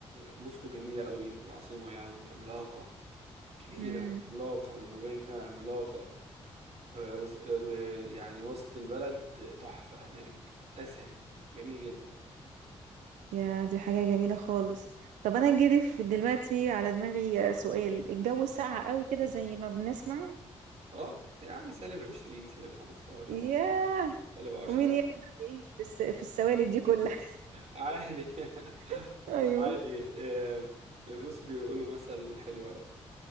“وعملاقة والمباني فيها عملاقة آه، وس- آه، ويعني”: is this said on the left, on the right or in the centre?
Right